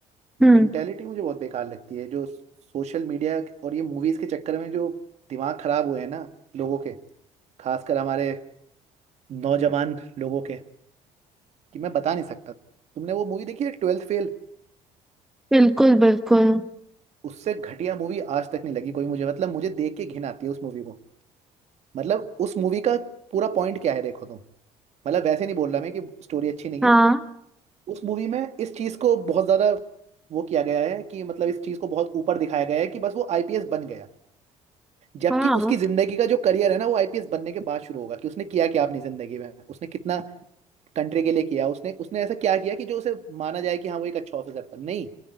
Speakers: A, in the centre; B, on the right.
A: हम्म
B: मेंटेलिटी मुझे बहुत बेकार लगती है जो सोशल मीडिया और ये मूवीज के चक्कर में जो दिमाग खराब हुए हैं ना लोगों के खासकर हमारे नौजवान लोगों के कि मैं बता नहीं सकता तुमने वो मूवी देखी है ट्वेल्थ फेल
A: बिल्कुल बिल्कुल
B: उससे घटिया मूवी आज तक नहीं लगी कोई मुझे मतलब मुझे देख के घिन आती है उस मूवी को मतलब उस मूवी का पूरा पॉइंट क्या है देखो तुम मतलब वैसे नहीं बोल रहा मैं कि स्टोरी अच्छी नहीं
A: हाँ
B: है उस मूवी में इस चीज को बहुत ज्यादा वो किया गया है कि मतलब इस चीज को बहुत ऊपर दिखाया गया है कि बस वो आईपीएस बन गया जबकि
A: हाँ
B: उसकी जिंदगी का जो करियर है ना वो आईपीएस बनने के बाद शुरू होगा कि उसने किया क्या अपनी जिंदगी में उसने कितना कंट्री के लिए किया उसने उसने ऐसा क्या किया कि जो उसे माना जाए कि हाँ वो एक अच्छा ऑफिसर था नहीं